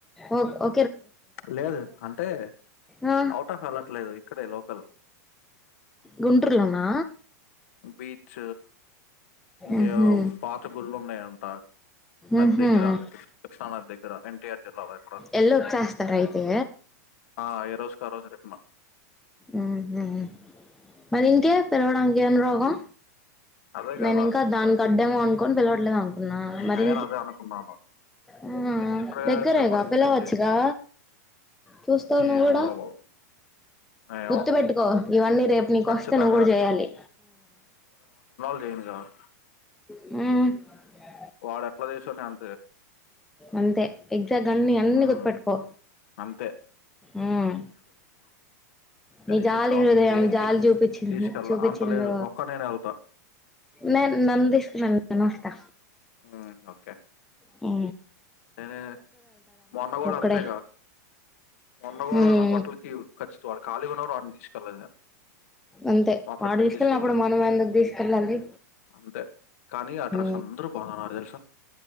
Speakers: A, in the centre; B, on the left.
A: ఒ ఒ
B: లేదు అంటే
A: ఆ
B: అవుట్ ఆఫ్ ఎళ్లట్లేదు ఇక్కడే లోకల్
A: గుంటూరులో నా
B: బీచ్ ఇంకా
A: ఉహు
B: ఏవో పాత గుళ్ళు ఉన్నాయంట నది
A: ఉహు
B: దగ్గర కృష్ణా నది దగ్గర ఎన్టీఆర్ జిల్లాలో ఇక్కడ
A: ఎళ్ళొచ్చేస్తారు అయితే
B: ఆ ఏ రోజు కా రోజు చెప్పిన
A: ఊహు మరి ఇంకే పిలవడానికి ఏం రోగం
B: అదే గదా!
A: నేను ఇంక దానికి అడ్డేమో అనుకొని పిలవట్లేదు అనుకున్నా మరి
B: నేను అదే అనుకున్నాను.
A: ఆ
B: ఇక్కడ
A: దగ్గరేగా
B: అంటే మరి ఇంకేంటి?
A: పిలవచ్చుగా చూస్తావు నువ్
B: ఏమోరా
A: కూడా
B: బాబు! ఏమో
A: గుర్తు పెట్టుకో ఇవన్ని రేపు నీకు
B: ఖచ్చితంగా.
A: వస్తే నువ్వు కూడా చేయాలి
B: ఏంది కావాలి
A: ఉ
B: వాడ అట్లా చేసుని అం
A: అంతే ఎగ్జాక్ట్ అన్ని అన్ని
B: హ్మ్.
A: గుర్తుపెట్టుకో
B: అంతే.
A: ఉ
B: కనీసం
A: నీ జాలి
B: షాపింగ్
A: హృదయం
B: దేనికి
A: జాలి చూపించి
B: తీసుకెళ్ళ.
A: చూపించింది
B: అంత లేదు. ఒక్కడినే ఎళ్తా.
A: నే నన్ తీస్కొనేల్ <unintelligible> నేనొస్తా
B: ఉ ఓకే
A: ఉ
B: ఏరె <unintelligible> మొన్నగూడ
A: ఒక్కడే
B: అంతేగా మొన్నగోడ
A: హ్మ్
B: నా బట్టలకి ఖచ్చితడు ఖాళీ ఉన్న వాన్ని తీసుకెళ్ళదు నేను
A: అంతే
B: మా ఫ్రెండ్‌ని
A: వాడు తీసుకెళ్ళినప్పుడు
B: తీసుకెళ్ళా.
A: మనం ఎందుకు తీసుకెళ్ళాలి
B: అంతే. కానీ ఆ డ్రెస్
A: ఉ
B: అందరూ బాగున్నారు తెలుసా?